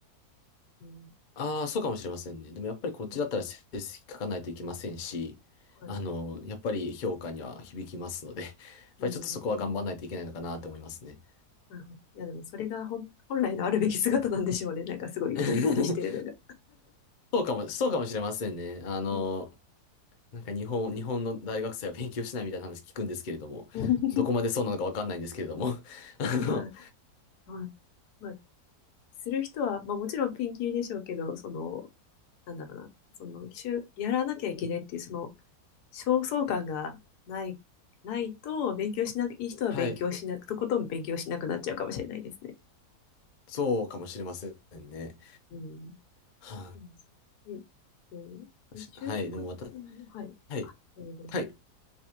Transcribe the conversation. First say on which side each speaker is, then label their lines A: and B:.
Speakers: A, on the left; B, on the left.
A: うん。
B: ああ、そうかもしれませんね。でもやっぱりこっちだったら成績書かないといけませんし、
A: うん。はい。
B: あの、やっぱり評価には響きますので、<laughs> やっぱりちょっとそこは頑張らないといけないのかなと思いますね。
A: うん。なるほど。いや、でもそれが本、本来のあるべき姿なんでしょうね。なんかすごいきっちりしてるのが。
B: <laughs> そうかも、そうかもしれませんね。あの、
A: うん。
B: なんか日本、日本の大学生は勉強しないみたいな話聞くんですけれども、
A: <laughs>
B: どこまでそうなのかわかんないんですけれども。<laughs> あの、
A: まあ、まあ、まあ、する人は、まあもちろんピンキリでしょうけど、その、なんだろうな、その、しゅ、やらなきゃいけないっていう、その、焦燥感がない、ないと、勉強しなく、いい人は勉強しなく、
B: はい。
A: とことん勉強しなくなっちゃうかもしれないですね。
B: そうかもしれませんね。
A: うん。
B: は
A: うんえっと、
B: あ、
A: え就職って、
B: しはい。でも私、
A: はい。
B: はい。
A: あ、どうぞどうぞ。
B: はい。